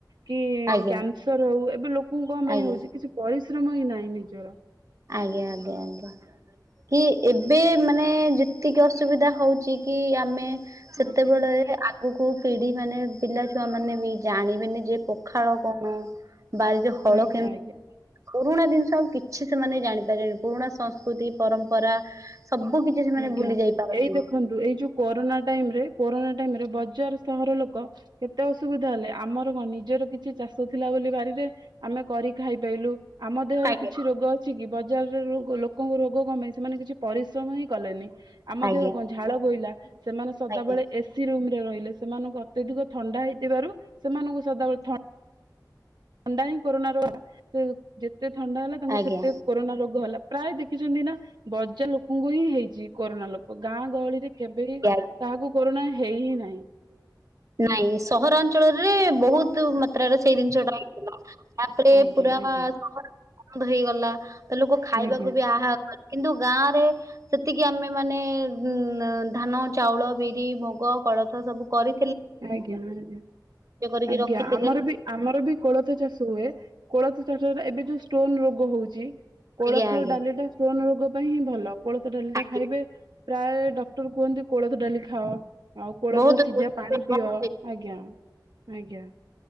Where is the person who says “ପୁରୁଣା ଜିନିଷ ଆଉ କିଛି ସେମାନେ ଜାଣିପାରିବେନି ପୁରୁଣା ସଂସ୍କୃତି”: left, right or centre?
Right